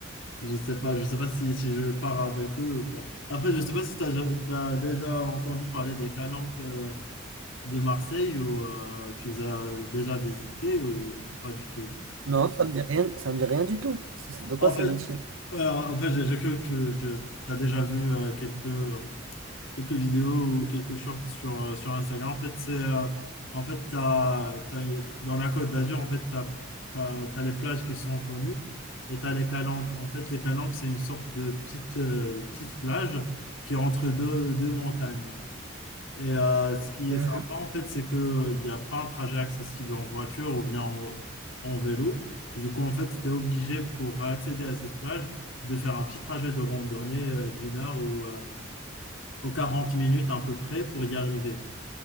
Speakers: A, on the left; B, on the right.
A: je sais pas, je sais pas si, si je pars avec eux ou pas. Après, je sais pas si tu as, déjà entendu parler des calanques euh, de Marseille ou euh, tu les as déjà visités ou pas du tout.
B: Non, ça me dit rien, ça me dit rien du tout. C'est- c'est- De quoi
A: En
B: s'agit-il?
A: fait, euh, en fait j'ai j'ai cru que tu as déjà vu euh, quelques quelques vidéos ou quelques shorts sur, euh, sur Instagram. En fait, c'est, euh, en fait, t'as, t'as- dans la Côte d'Azur, en fait, tu as, les plages qui sont connues et tu as les calanques. En fait, les calanques, c'est une sorte de petite, euh, petite plage qui est entre deux, deux montagnes. Et euh, ce qui
B: Mhm,
A: est sympa, en fait, c'est qu'il n'y a pas un trajet accessible en voiture ou bien en, en vélo. Du coup, en fait, tu es obligé pour accéder à cette plage de faire un petit trajet de randonnée euh, d'une heure ou euh, aux 40 minutes à peu près pour y arriver.